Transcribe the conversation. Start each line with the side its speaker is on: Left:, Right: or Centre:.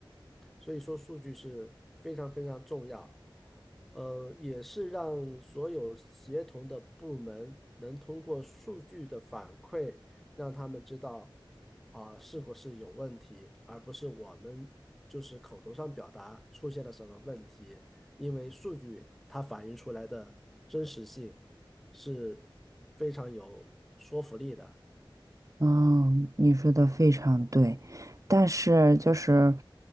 Centre: 所以说数据是非常非常重要，呃，也是让所有协同的部门能通过数据的反馈，让他们知道啊，是不是有问题，而不是我们就是口头上表达出现了什么问题，因为数据它反映出来的真实性是非常有说服力的。
Right: 嗯，你说的非常对，但是就是